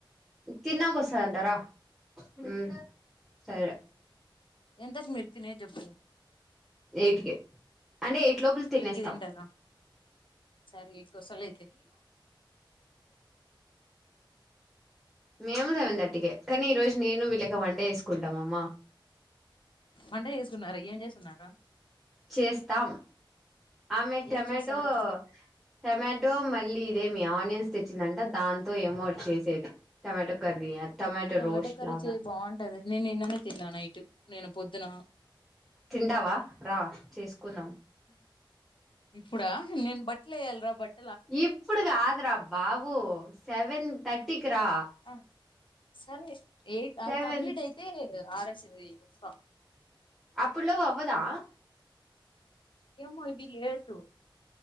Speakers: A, in the centre; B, on the left (about 70°).
A: తిన్నాక వస్తాదంట రా ఉమ్ సరే
B: ఇంతకీ మీరు తినేదిప్పుడు
A: ఎయిట్క అంటే ఎయిట్ లోపల తినేస్తాము.
B: ఎయిట్ కి తింటారా సరే ఎయిట్ వస్తా లే అయితే
A: మేము సెవెన్ థర్టీకే కానీ ఈ రోజు నేను వీళ్ళక వంటే వేసుకుంటాంమ్మా
B: వంట చేసుకున్నార ఏం చేసుకున్నారు
A: చేస్తాం ఆమె టమాటో
B: ఏం చేస్తారు
A: టమాటో మళ్ళీ ఇదే మీ ఆనియన్స్ తెచ్చిందంటే దాంతో ఏమో చేసేది టమాటో కర్రీ టమాటో
B: టమాటా
A: రోస్ట్
B: కర్రీ
A: లాగా
B: చే బాగుంటది నేను నిన్ననే తిన్నా నైట్ నేను పొద్దున
A: తింటావా రా చేసుకుందాం
B: ఇప్పుడా నేను ప య్యాలి రా బట్
A: ఇప్పుడు కాదురా బాబూ సెవెన్ తర్టీకి రా
B: ఆ సరే ఎయిట్ అది
A: సెవెన్
B: కంప్లీట్ అయితే ఆరేస్తది యూనిఫ
A: అప్పుల్లో అవ్వదా
B: ఏమో ఇది లేటు